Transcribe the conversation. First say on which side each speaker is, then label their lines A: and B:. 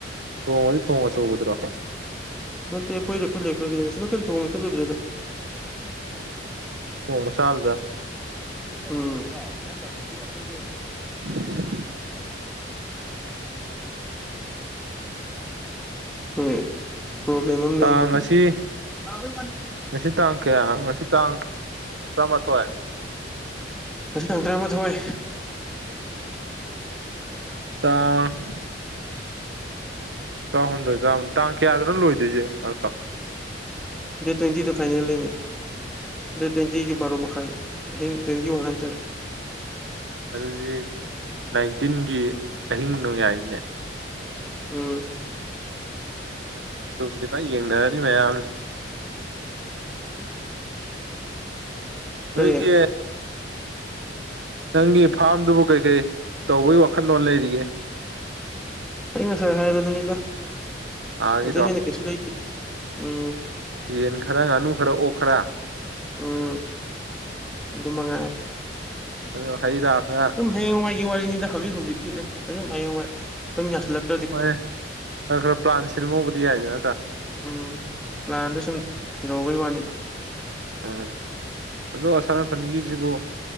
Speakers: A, on the right (about 75°); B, in the centre.
A: ꯊꯣꯡ ꯑꯗꯤ ꯊꯣꯡ ꯑꯆꯧꯕꯗꯨꯔꯣ?
B: ꯅꯠꯇꯦ ꯑꯈꫭꯏꯗ ꯑꯈꯣꯏ <unintelligible> ꯑꯁꫭꯝꯅꯀꯟ ꯊ ꯊꯣꯡ ꯆꯠꯂꯨꯗ꯭ꯔꯦꯗ
A: ꯊꯣꯡ ꯃꯆꯥꯗꯨꯗ
B: ꯎꯝ <unintelligible>
A: <unintelligible>
B: <unintelligible> ꯎꯝ ꯄ꯭ꯔꯣꯕꯂꯦꯝ ꯑꯝ ꯂꯩꯕ
A: ꯇꯥꯡ ꯉꯁꯤ
B: ꯃꯥꯟꯕ
A: ꯉꯁꯤ ꯇꯥꯡ ꯀꯌꯥ ꯉꯁꯤ ꯇꯥꯡ ꯇꯔꯥꯃꯥꯊꯣꯏ
B: ꯉꯁꯤ ꯇꯥꯡ ꯇꯔꯥꯃꯥꯊꯣꯏ
A: ꯇꯥꯡ ꯇꯔꯥꯍꯨꯝꯗꯣꯏ ꯇꯥꯔꯥꯃꯔꯤ ꯇꯥꯡ ꯀꯌꯥꯗꯅꯣ ꯂꯣꯏꯗꯣꯏꯖꯦ ꯋ꯭ꯔꯥꯜꯗ ꯀꯞ?
B: ꯗ‌ꯦꯠ ꯇ꯭ꯋ‌ꯦꯟꯇꯤꯗꯨ ꯐꯥꯏꯅ‌ꯦꯜ ꯅ‌ꯦꯃ‌ꯦ ꯗ‌ꯦꯠ ꯇ꯭ꯋꯦꯟꯇꯤꯒꯤ ꯕꯥꯔꯣ ꯃꯈꯥꯏ ꯑꯍꯤꯡ ꯇ꯭ꯋꯦꯟꯇꯤ ꯋꯥꯟ ꯍꯥꯏꯇꯥꯔꯦ
A: ꯑꯗꯨꯗꯤ ꯅꯥꯏꯟꯇꯤꯟꯒꯤ ꯑꯍꯤꯡ ꯅꯣꯡꯌꯥꯥꯏꯅꯤꯅꯦ
B: ꯎꯝ
A: ꯑꯗꯨꯝꯗꯤ ꯐꯟ ꯌꯦꯡꯅꯔꯅꯤ ꯃꯌꯥꯝꯁ‌ꯦ ꯅꯣꯏꯒꯤ
B: ꯀꯔꯤ
A: ꯅꯪꯒꯤ ꯐꯥꯔꯝꯗꯨꯕꯨ ꯀꯩꯀꯩ ꯇꯧꯕꯒꯤ ꯋꯥꯈꯜꯂꯣꯟ ꯂꯩꯔꯤꯒꯦ
B: ꯑꯩ ꯉꯁꯥꯏ ꯍꯥꯏꯕꯗꯨꯅꯤꯗ
A: ꯑꯥꯒꯤꯗꯣ
B: ꯑꯧꯗꯩꯩ ꯍꯦꯟꯅ ꯀꯩꯁꯨ ꯂꯩꯇꯦ ꯎꯝ꯫
A: ꯌꯦꯟ ꯈꯔ ꯉꯥꯅꯨ ꯈꯔ ꯑꯣꯛ ꯈꯔ
B: ꯎꯝ ꯑꯗꯨ ꯃꯉꯥꯏ
A: ꯑꯗꯨ ꯍꯩꯔꯥꯈ꯭ꯔ
B: ꯑꯗꯨꯝ ꯍꯌꯦꯡꯅꯨꯡꯋꯥꯏꯒꯤ ꯋꯥꯔꯤꯅꯤꯗ ꯍꯧꯖꯤꯛ ꯍꯧꯖꯤꯛꯀꯤ ꯅꯠꯇꯦ ꯑꯗꯨꯝ ꯍꯌꯦꯡꯋꯥꯏ ꯁꯝ ꯌꯥꯁꯤꯜꯂꯛꯄ
A: ꯍꯣꯏꯅꯦ ꯈꯔ - ꯈꯔ ꯄ꯭ꯂꯥꯟ ꯁꯤꯍꯧꯕꯗꯤ ꯌꯥꯏꯗ ꯅꯠꯇ꯭ꯔꯥ꯫
B: ꯎꯝ ꯄ꯭ꯂꯥꯟꯗꯣ ꯁꯨꯝ ꯊꯤꯔꯣꯛꯕꯒꯤ ꯋꯥꯅꯤꯗ꯫
A: ꯎꯝ ꯑꯗꯣ ꯑꯁꯥꯝ ꯔꯥꯏꯐꯟꯒꯤꯖꯤꯕꯨ